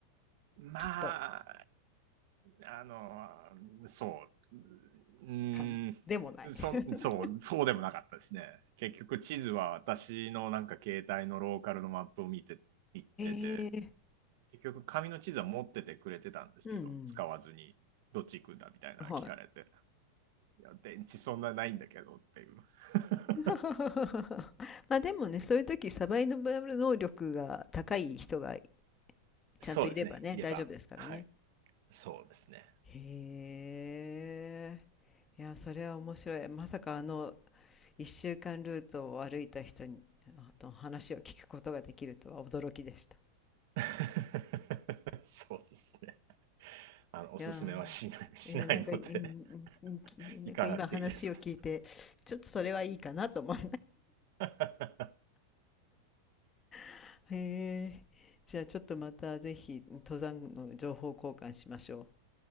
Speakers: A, on the right; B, on the left.
A: ま
B: きっと。
A: あ、あの、そう、うん、
B: かな。でもない。
A: そそう、
B: <laughs>
A: そうでもなかったですね。結局、地図は私のなんか携帯のローカルのマップを見て、行ってて、
B: ええ
A: 結局、紙の地図は持っててくれてたんですけど、
B: うん
A: 使わずに、どっち行くんだみたいなの聞かれて、
B: うん。はい。
A: いや、電池そんなないんだけどっていう。<laughs>
B: <laughs> まあでもね、そういう時サバイバル能力が高い人がちゃんといればね、
A: そうですね、いれば。
B: 大丈夫ですからね。
A: はい、そうですね。
B: へえ。いや、それは面白い。まさかあの、一週間ルートを歩いた人に、あと話を聞くことができるとは驚きでした。
A: <laughs> そうですね。あの、おすすめはしない、
B: いや
A: しないので、
B: ー、いや、なんか、いいんきなんか今話を聞いて、
A: 行かなくていいです。
B: ちょっとそれはいいかなと思う。
A: <laughs>
B: <laughs> へえ。じゃあちょっとまたぜひ登山の情報交換しましょ